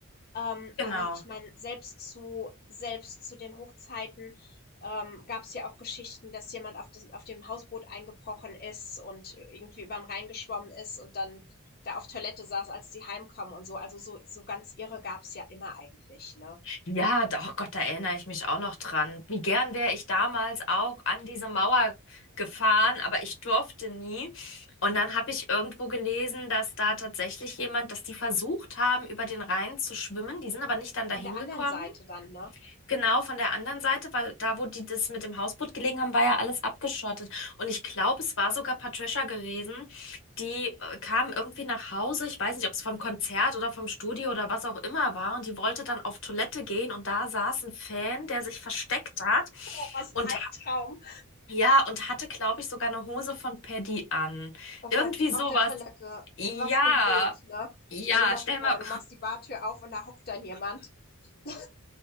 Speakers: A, on the left (about 45°); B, on the left (about 65°).
A: Ähm,
B: genau.
A: aber ich meine, selbst zu, selbst zu den Hochzeiten ähm, gab es ja auch Geschichten, dass jemand auf, das, auf dem Hausboot eingebrochen ist und irgendwie über den Rhein geschwommen ist und dann da auf Toilette saß, als die heimkamen und so. Also so, so ganz irre gab es ja immer eigentlich, ne?
B: Ja, doch, Gott, da erinnere ich mich auch noch dran. Wie gern wäre ich damals auch an diese Mauer gefahren, aber ich durfte nie. Und dann habe ich irgendwo gelesen, dass da tatsächlich jemand, dass die versucht haben, über den Rhein zu schwimmen. Die sind aber nicht dann dahin
A: Von der anderen
B: gekommen.
A: Seite dann, ne?
B: Genau, von der anderen Seite, weil da, wo die das mit dem Hausboot gelegen haben, war ja alles abgeschottet. Und ich glaube, es war sogar Patricia gewesen, die äh, kam irgendwie nach Hause. Ich weiß nicht, ob es vom Konzert oder vom Studio oder was auch immer war. Und die wollte dann auf Toilette gehen. Und da saß ein Fan, der sich versteckt hat.
A: Oh, was
B: Und
A: ein Albtraum.
B: ha- ja, und hatte, glaube ich, sogar eine Hose von Paddy an.
A: Oh
B: Irgendwie
A: Gott,
B: sowas.
A: auf der Toilette.
B: Ja.
A: Was für ein Bild, ne?
B: Ja,
A: Stell dir mal
B: stell
A: vor,
B: mal,
A: du machst die Bartür auf und da hockt dann jemand. <laughs>